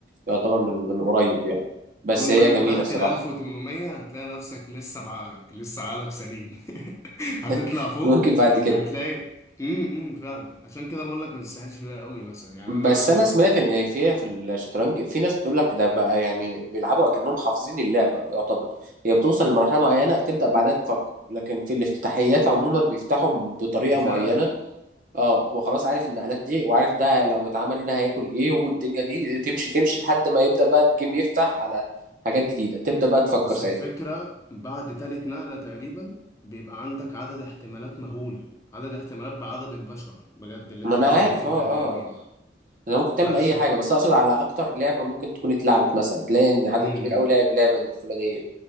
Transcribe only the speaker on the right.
يعتبر من من قريب يعني بس
هي
جميله
صراحه
<laughs>
ممكن بعد كده
بس
انا سمعت ان فيها في الشطرنج في ناس بتقول لك ده بقى يعني بيلعبوا اكنهم حافظين اللعبه يعتبر هي بتوصل لمرحله معينه تبدا بعدها تفكر لكن في الافتتاحيات عموما بيفتحوا بطريقه
معينه اه هو خلاص عارف النقلات دي وعارف ده لو اتعمل هنا هياكل ايه والدنيا دي تمشي تمشي لحد ما يبدا بقى الجيم يفتح على حاجات جديده تبدا بقى تفكر
ساعتها
ما انا
عارف
اه
اه انا ممكن تعمل
اي
حاجه بس اقصد على اكتر لعبه ممكن تكون اتلعبت مثلا هتلاقي ان عدد
كبير قوي لعب اللعبه دي الفلانيه